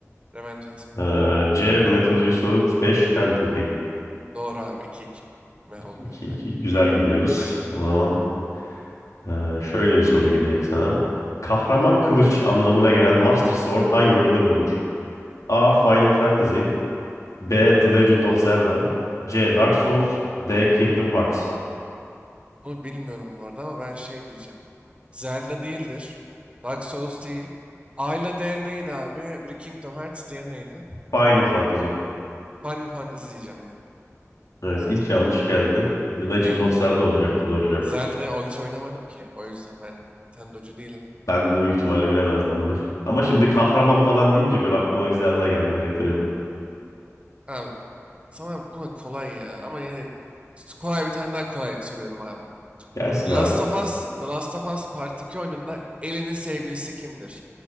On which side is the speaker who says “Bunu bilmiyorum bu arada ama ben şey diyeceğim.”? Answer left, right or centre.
Right